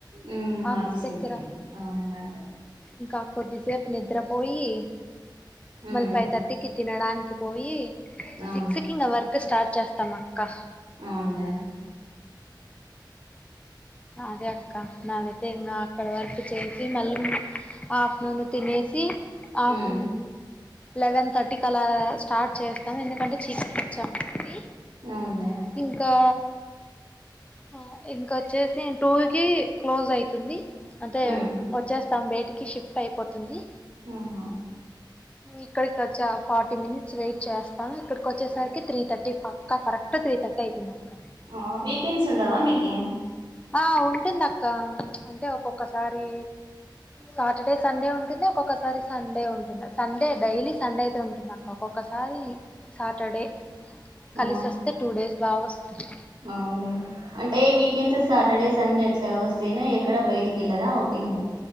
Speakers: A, on the right (about 80°); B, on the left (about 15°).
A: మ్మ్
B: ఆఫీస్ దగ్గర
A: దగ్గరికి అవునులే
B: ఇంకా కొద్దిసేపు నిద్రపోయి
A: మ్మ్
B: మళ్ళీ ఫైథర్టీకి తినడానికి పోయి.
A: అవును
B: సిక్స్ కి ఇంగ వర్క్ స్టార్ట్ చేస్తమక్క
A: అవున్లే
B: అదే అక్క నాదైతే ఇంగా అక్కడ వరక్ చేసి మళ్ళీ ఆఫ్ట్రునూన్ తినేసి
A: మ్మ్
B: అప్ లెవెన్ థర్టీకి అలా స్టార్ట్ చేస్తాం ఎందుకంటే చీకట్లో వచ్చం కాబట్టి
A: అవునులే
B: ఇంకా అ ఇంకొచ్చేసి టూ కి క్లోజ్ అయితుంది అంటే
A: మ్మ్
B: వచ్చేస్తాం బేటి కి షిఫ్ట్ అయిపోతుంది
A: ఆహ
B: ఇక్కడికి వచ్చా ఫార్టీ మినిట్స్ వెయిట్ చేస్తా ఇక్కడికి వచ్చేసరికి త్రీ థర్టీ పక్కా కరెక్ట్ త్రీ థర్టీ అవుతుందక్క
A: ఆ వీక్ కెన్స్ ఉండవా మీకి
B: ఆ ఉంటుందక్క అంటే ఒక్కొక్కసారి సాటర్డే సండే ఉంటుంది ఒక్కొక్కసారి సండే ఉంటుంది సండే డైలీ సండే అయితే ఉంటుందక్క ఒక్కొక్కసారి సాటర్డే కలిసోస్తే
A: ఆ
B: టూ డేస్ బాగొస్తది
A: అవునులే అంటే వీకెండ్స్ సాటర్డే సండే ఎట్లా ఒస్తేనే ఎక్కడ బయటికి వెళ్లరా ఓటింగ